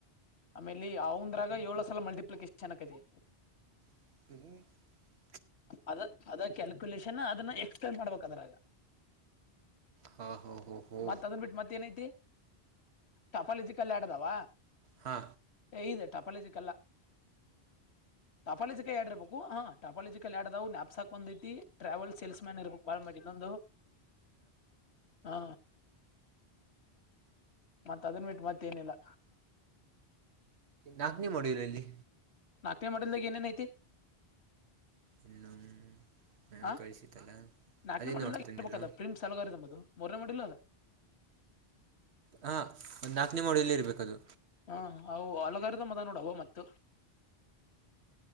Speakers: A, on the left; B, on the right.
A: ಆಮೇಲಿ ಅವಂದ್ರಾಗ ಏಳ ಸಲ ಮಲ್ಟಿಪ್ಲಿಕೇಶನ್ನಕ್ದೆ
B: ಹ
A: ಅದ ಅದ ಕ್ಯಾಲ್ಕುಲೇಷನ್ ಅದನ್ನ ಎಕ್ಸ್ಪನ್ ಮಾಡ್ಬೇಕದ್ರಗ
B: ಹಾ ಹೋ ಹೋ ಹೋ
A: ಮತ್ತ ಅದನ್ ಬಿಟ್ಟು ಮತ್ತ ಏನೈತಿ ಟಫಲ್ಜ ಕಲ್ಲಿ ಏಡದಾವ
B: ಹಾ
A: ಇದೆ ಟಪಾಲ ಯೋಜಿಕಲ್ಲ ಟಪಾಲಿ ಜ ಕೈ ಆಡಿ ಇರ್ಬೇಕು ಹಾ ಟಪಾಲಿ ಕೈಲ್ ಆಡದಾವು ನಾಪ್ಸಾಕ್ ಒಂದೈ ಟ್ರಾವೆಲ್ ಸೇಲ್ಸ್ ಮ್ಯಾನ್ ಇರ್ಬೇಕಕ್ ಬಾಲ್ ಮಾಡಿ ಇನ್ನೊಂದು ಹಾ ಮತ್ತ ಅದನ್ ಬಿಟ್ಟು ಮತ್ತ ಏನಿಲ್ಲ
B: ನಾಕ್ ನೀ ಮಾಡಿಲ್ಲ ಇಲ್ಲಿ
A: ನಾತ ಮಡಲಲ್ಲ ಎನ್ ಎನ್ ಹೈತಿ
B: ಇನ್ನು ಮ್ಯಾಮ್
A: ಹ
B: ಕಳಿಸಿದ್ದಲ್ಲ
A: ನಾಕ್ನ
B: ಅದೇ
A: ಮಾಡ
B: ನೋಡ್ತೀನಿಲ್ಲ
A: ಇಬೇಕದ ಪ್ರಿಮ್ಸಗಾರದು ಮ ಮಾಡಿ ಇಲ್ಲ ಅದು
B: ಹಾ ಒಂದು ನಾಲ್ಕನೇ ಮಾಡ ಎಲ್ಲಿ ಇರ್ಬೇಕದು
A: ಹಾ ಅವು ಹಲಗಾರದ ಮತ ನೋಡವ ಮತ್ತ